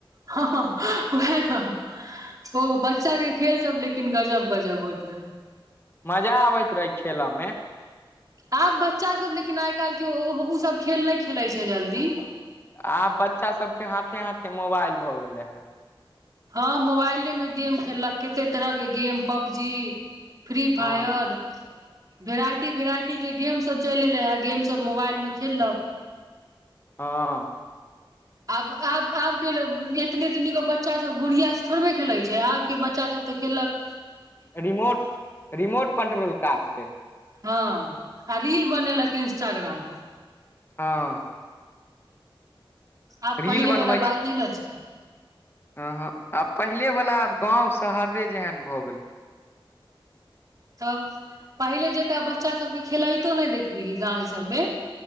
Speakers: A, on the right; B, on the left.
A: ह -ह ओहा न। ओ बच्चा के खेल सब, लेकिन गजब- गजब होइत रहै।
B: मजा आबैत रहै खेलऽ मे।
A: आब बच्चा सब, लेकिन आइ -काल्हि के ओ सब खेल नहि खेलैत छै जल्दी!
B: आब बच्चा सभके, हाथे- हाथे मोबाइल भऽ गेले हे।
A: हँ, मोबाइले मे गेम खेललक, कते तरहके गेम पबजी। फ्री- फायर।
B: हँ
A: भेराइटी -वेराइटी के गेम सब चलि एले हे, गेम सब मोबाइल मे खेललक।
B: हँ।
A: आब -आब -आब के ल एतनी -एतनी गो बच्चा सब गुड़िया से थोड़बे खेलैत छै, आब के बच्चा सब तऽ केलक!
B: रिमोट, रिमोट कंट्रोल कार से।
A: हँ, आ रील बनेलक इंस्टाग्राम पर।
B: हँ।
A: आब
B: रील
A: पहिले
B: बनबै
A: वाला
B: छै
A: बात नहि ने छै।
B: हँ -हँ, आ पहिलेवला आब गाँव शहरे जेहन भऽ गेलै।
A: तब, पहिले जेकाँ! बच्चा सब के खेलइतो नहि देखबी गाँंव ई सब में।